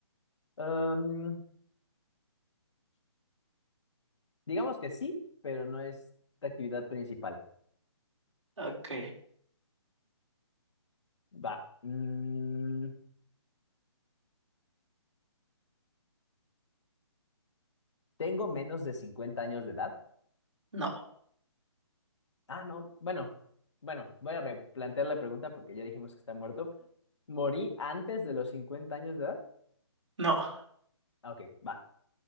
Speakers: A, on the left; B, on the right.
A: Em, digamos que sí, pero no es la actividad principal.
B: Ok.
A: Va. Mm, ¿tengo menos de cincuenta años de edad?
B: No,
A: Ah, no, bueno, bueno, voy a replantear la pregunta porque ya dijimos que está muerto. ¿Morí antes de los 50 años de edad?
B: no.
A: Ah, ok, va.